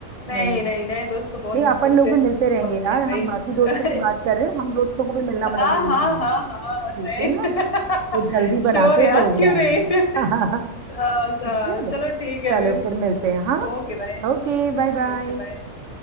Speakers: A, on the left; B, on the right.
A: नहीं
B: नहीं नहीं नहीं
A: नहीं नए दोस्त तो बहुत
B: नहीं,
A: मुश्किल
B: अपन लोग
A: से
B: भी मिलते रहेंगे
A: बनते
B: यार
A: हैं भाई
B: हम बाकी दोस्तों की बात कर रहे हैं हम दोस्तों को भी मिलना
A: <laughs>
B: बड़ा
A: हाँ
B: जरूरी
A: हाँ हाँ
B: है
A: हाँ
B: ठीक
A: सही
B: है ना तो जल्दी
A: <laughs> श्योर
B: बनाते
A: यार
B: हैं प्रोग्राम
A: क्यों नहीं <laughs>
B: <laughs>
A: हाँ
B: ठीक
A: हाँ
B: है
A: चलो ठीक है
B: चलो
A: फिर
B: फिर मिलते हैं हाँ
A: Okay bye
B: Okay bye bye
A: Okay bye